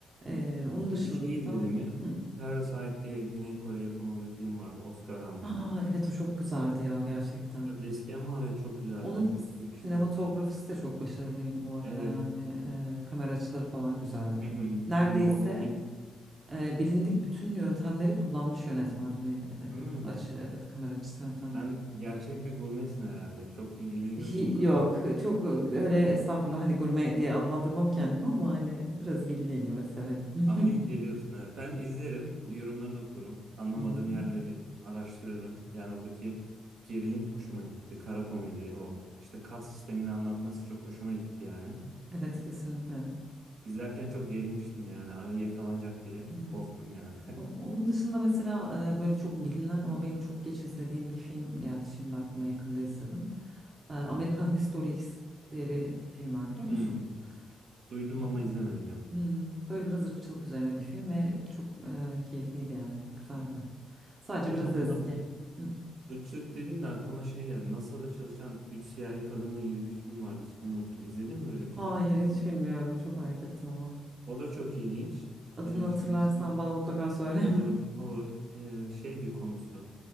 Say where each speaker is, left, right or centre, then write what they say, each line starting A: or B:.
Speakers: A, on the right; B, on the right.
A: Ee, onun
B: Peki
A: dışında...
B: şeyi izledin mi?
A: Hı.
B: Parasite diye Güney Kore yapımı bir film vardı. Oscar almıştı.
A: Aa, evet o çok güzeldi ya gerçekten.
B: Biraz eski ama evet çok güzeldi.
A: Onun
B: Ben çok sevmiştim
A: sinematografisi
B: onu.
A: de çok başarılıydı bu arada
B: Evet.
A: yani Ee, kamera açıları falan güzeldi.
B: Hı hı,
A: Neredeyse
B: hı hı. Oradaki
A: e, bilindik bütün yöntemleri kullanmış yönetmen hani e,
B: Hmm.
A: açı evet kamera açısı yöntemlerini.
B: Sen gerçek bir gurmesin herhalde. Çok ilgileniyorsun
A: Hi-
B: bu konuda.
A: yok çok öyle estağfurullah hani gurme diye adlandırmam kendimi ama hani biraz ilgiliyim evet severim. <laughs>
B: Ama inceliyorsun evet. Ben izlerim, yorumlarını okurum. Anlamadığım
A: Hı hı, hı
B: yerleri
A: hı.
B: araştırırım. Yani oradaki gerilim hoşuma gitti. Kara komedi, o işte kas sistemini anlatması çok hoşuma gitti yani.
A: Evet kesinlikle.
B: İzlerken çok gerilmiştim yani. Ay, Yakalanacak diye
A: Evet.
B: korktum yani. <laughs>
A: O- Onun dışında mesela e, böyle çok bilinen ama benim çok geç izlediğim bir film geldi şimdi aklıma yakında izledim. E, American History X diye bir film var biliyor
B: Hmm.
A: musun?
B: Duydum
A: Hmm.
B: ama izlemedim yok.
A: Hmm, böyle biraz ırkçılık üzerine bir film ve çok e, keyifliydi yani güzeldi. Sadece
B: Onunla,
A: biraz
B: ona
A: eski. Hı.
B: Irkçılık dedin de aklıma şey yani NASA'da çalışan 3 siyahi kadınla ilgili bir film vardı ismini unuttum. İzledin mi öyle bir
A: Hayır
B: film?
A: hiç bilmiyorum çok merak ettim ama.
B: O da çok ilginç.
A: Adını
B: Ee,
A: hatırlarsan
B: şimdi ismini
A: bana mutlaka söyle.
B: olur olur Ee, şeydi konusu.